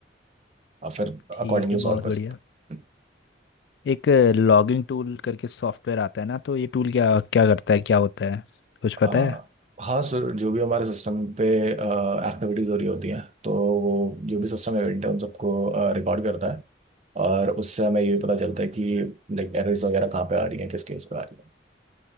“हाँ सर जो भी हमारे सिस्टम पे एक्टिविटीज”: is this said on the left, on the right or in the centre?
Right